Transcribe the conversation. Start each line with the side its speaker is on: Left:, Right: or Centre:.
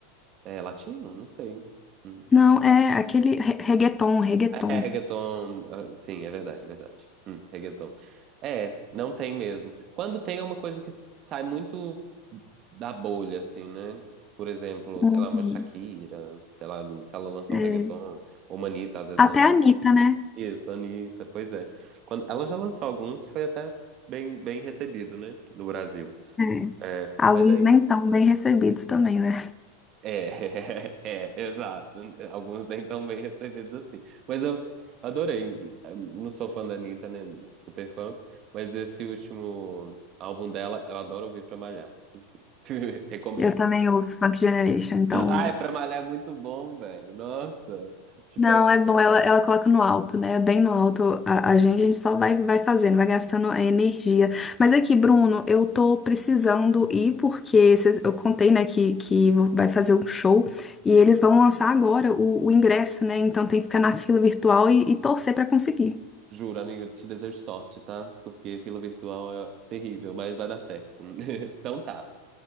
Right: é, é latino? Não sei. Hum.
Left: Não, é aquele re- reggaeton, reggaeton.
Right: É, reggaeton. ah, Sim, é verdade, é verdade. Hum, reggaeton. É, não tem mesmo. Quando tem é uma coisa que sai muito da bolha, assim, né? Por exemplo,
Left: Uhum.
Right: sei lá, uma Shakira, sei lá, se ela lançar
Left: É.
Right: um reggaeton, ou uma Anitta, às vezes
Left: Até
Right: lança
Left: a Anitta, né?
Right: isso, Anitta, pois é. Quando, ela já lançou alguns, foi até bem, bem recebido, né? No Brasil.
Left: É.
Right: É,
Left: Alguns
Right: mas é
Left: nem tão bem recebidos também, né?
Right: É, <laughs> é, exato. Alguns nem tão bem recebidos assim. Mas eu adorei. Não sou fã da Anitta, né? Super fã. Mas esse último álbum dela, eu adoro ouvir pra malhar. <laughs> Recomendo.
Left: Eu também ouço Funk Generation, então
Right: Ai, pra malhar é muito bom, velho. Nossa. Te
Left: Não,
Right: pego.
Left: é bom, ela, ela coloca no alto, né? Bem no alto a, a gente, a gente só vai, vai fazendo, vai gastando a energia. Mas aqui, Bruno, eu tô precisando ir porque cês- eu contei, né, que, que vai fazer um show e eles vão lançar agora o, o ingresso, né? Então tem que ficar na fila virtual e, e torcer pra conseguir.
Right: Juro, amiga, te desejo sorte, tá? Porque fila virtual é terrível, mas vai dar certo. <laughs> Então tá.